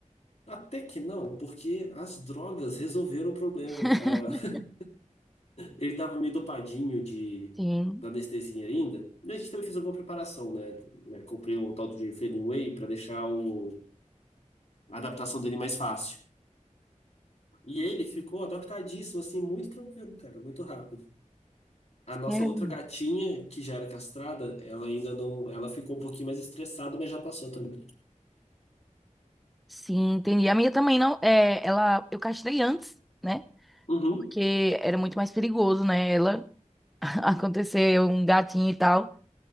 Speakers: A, on the left (about 55°); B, in the centre.
A: até que não, porque as drogas resolveram o problema.
B: <laughs>
A: Ah, Ele tava meio dopadinho de,
B: Sim.
A: da anestesia ainda. E a gente também fez alguma preparação, né? Né, Comprei um tal de Failing Whey para deixar o, a adaptação dele mais fácil. E ele ficou adaptadíssimo, assim, muito tranquilo, cara, muito rápido. A nossa
B: É.
A: outra gatinha, que já era castrada, ela ainda não. Ela ficou um pouquinho mais estressada, mas já passou também.
B: Sim, entendi. A minha também não, é, ela eu castrei antes, né?
A: Uhum,
B: Porque era muito mais perigoso, né? Ela <laughs> acontecer um gatinho e tal.